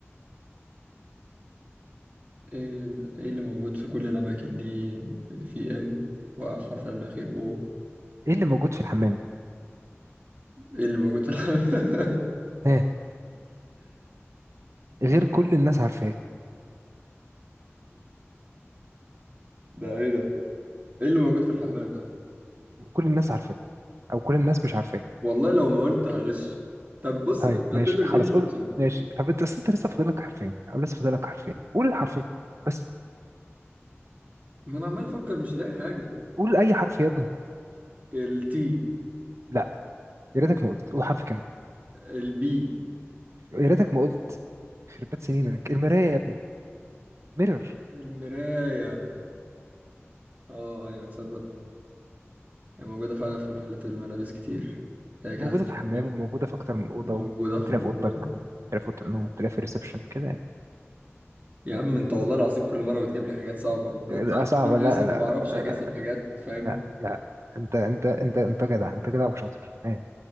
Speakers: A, on the right; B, on the right.
A: ايه ال- إيه اللي موجود في كل الاماكن دي في ام وحرف قبل الأخير O
B: ايه اللي موجود في الحمام
A: ايه اللي موجود في الحمام <laughs>
B: ها غير كل الناس عارفاه
A: ده ايه ده ايه اللي موجود في الحمام طيب؟
B: وكل الناس عارفاه او كل الناس مش عارفاه
A: والله لو ما قلت هغش طب بص
B: طيب ماشي
A: اعتبر
B: خلاص
A: دي مش
B: قول
A: محسوبة
B: ماشي طب انت بس انت لسه فاضل لك حرفين او لسه فاضل لك حرفين قول الحرفين بس
A: ما انا عمال افكر مش لاقي حاجة
B: قول اي حرف يا ابني
A: التي
B: لا يا ريتك ما قلت قول حرف كمان
A: البي
B: يا ريتك ما قلت خربت سنينك المرايه يا ابني ميرور
A: المراية اه ايوه تصدق هي موجودة فعلا في محلات الملابس كتير هي
B: وموجوده
A: كده في الخناق،
B: في الحمام وموجوده في اكتر من اوضه
A: موجودة
B: ممكن
A: في
B: تلاقيها
A: الأوض.
B: في اوضتك ممكن تلاقيها في اوضه النوم ممكن تلاقيها في الريسبشن كده يعني.
A: يا عم انت والله العظيم كل مرة بتجيب لي حاجات صعبة ما
B: آه،
A: انت عارف
B: صعب
A: ان
B: لا
A: انا لسه
B: لا لا
A: ما بعرفش
B: لا
A: اجس
B: لا
A: الحاجات فاهم
B: لا لا انت انت انت انت جدع انت جدع وشاطر ايه